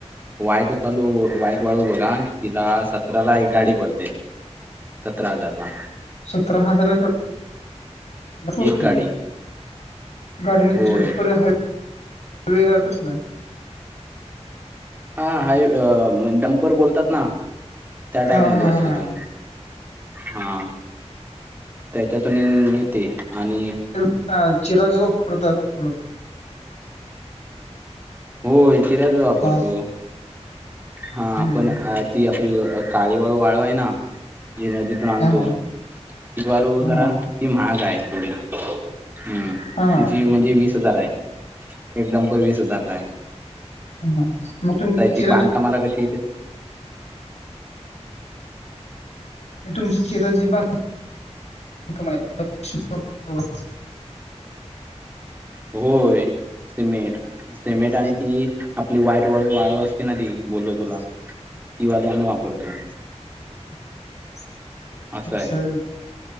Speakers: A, on the right; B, on the left.
A: वाईट वालू, वाईट वाळू बघा तिला स- - तराला एक गाडी पडते. सतरा हजार ला.
B: सतरा हजार <unintelligible> कि
A: एक गाडी
B: <unintelligible> गाडी <unintelligible>
A: होय
B: वेगळा कसला?
A: हा हाय डम्पर बोलतात ना. त्या टाईप
B: हा
A: मध्ये
B: हा
A: असतो तो.
B: हा
A: हा. त्याच्यातून येते आणि
B: नुसता चिराचं वापरतात मगं.
A: होय. चिराच वापरतो.
B: हा
A: हा
B: हम्म.
A: पण ती आपली काळी वाळू वाळू हेना ति नदीत -- आणतो.
B: हा हा
A: ति वालू
B: हा
A: जरा
B: हा
A: ती महाग हाय थोडी. हम्म.
B: हा
A: तिची म्हणजे वीस हजार हाय. एक डंपर वीस हजारला हाय.
B: हम. म तुम्ही चिऱ्याच
A: ती बांधकामाला कशी
B: तुमची चिरा जी बांध- - <unintelligible> <inaudible>
A: होय सिमेंट, सिमेंट आणि ती, आपली व्हाईट वाळू वाळू असती. ना ती बोलो तुला, ती वाली आम्ही वापरतो.
B: <unintelligible>
A: असं आहे.